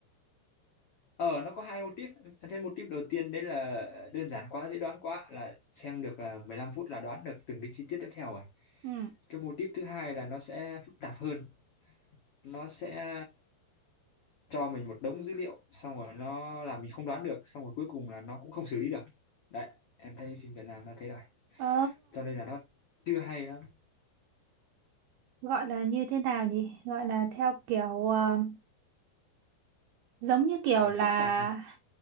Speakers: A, on the left; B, on the right.
A: ờ nó có hai mô típ em thấy mô típ đầu tiên đấy là đơn giản quá dễ đoán quá là xem được à, 15 phút là đoán được từng cái chi tiết tiếp theo rồi
B: Ừ.
A: cái mô típ thứ hai là nó sẽ phức tạp hơn nó sẽ cho mình một đống dữ liệu xong rồi nó làm mình không đoán được xong rồi cuối cùng là nó cũng không xử lý được đấy em thấy phim Việt Nam nó thế đó.
B: Ờ,
A: cho nên là nó chưa hay lắm
B: gọi là như thế nào nhỉ? Gọi là theo kiểu ờ, giống như kiểu
A: gọi là
B: là
A: phức tạp